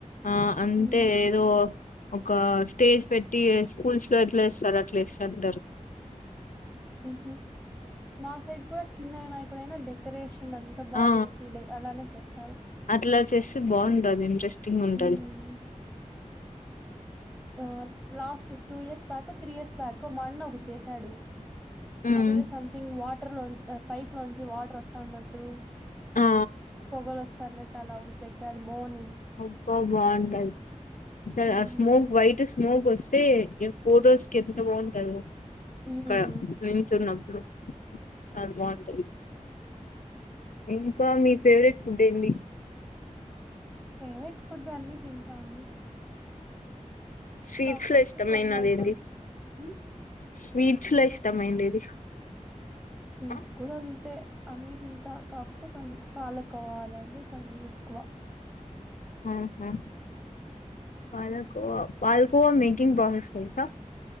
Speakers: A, on the left; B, on the right.
A: ఆ అంటే
B: హ్మ్.
A: ఏదో ఒక స్టేజ్ పెట్టి స్కూల్స్ లో ఎట్లా ఏస్తారు అట్లేస్తాంటారు
B: ఉహు మాసైడ్ కూడా చిన్న గా నైట్ ఇక్కడైనా డెకరేషన్ అంతా బా
A: ఆ
B: వేసి డె అలానే చేస్తారు.
A: అట్ల చేస్తే బాగుంటది ఇంట్రెస్టింగ్ ఉంటది
B: హ్మ్. ఆ లాస్ట్ టూ ఇయర్స్ బ్యాకో త్రీ ఇయర్స్ బ్యాకో మా అన్న ఒకటి చేసాడు
A: హ్మ్.
B: అది ఏదో సంథింగ్ వాటర్ లోని పైప్ లోంచి వాటర్ వస్తా ఉన్నట్టు
A: ఆ!
B: పొగలస్ స్తానట్టు అలా ఒక పెట్టాడు మోన్
A: అబ్బా బాగుంటది అస
B: హ్మ్.
A: ఆ స్మూక్ వైట్ స్ స్మూక్ వస్తే ఇగ ఫోటోస్ కి ఎంత బాగుంటదొ
B: హ్మ్.
A: అక్కడ నించ్చున్న <unintelligible> చాలా బాగుంటది ఇంకా మీ ఫేవరెట్ ఫుడ్ ఏంది
B: ఫేవరెట్ ఫుడ్ అన్ని తింటాను
A: స్వీట్స్‌లో
B: ప్రాపర్
A: ఇష్టమైనదేంది?
B: గా కొన్ని ఐటమ్స్ ఊ
A: స్వీట్స్‌లో
B: స్వీట్
A: ఇష్టమైనదేది?
B: స్వీట్స్
A: ఆ!
B: కూడా అంతే అన్ని తింటా కాకపోతే కొన్ని పాలుకోవా అలాంటివి కొన్ని ఎక్కువ
A: ఆ హా పాలకోవా పాలకోవా మెకింగ్ బాసెస్ తెలుసా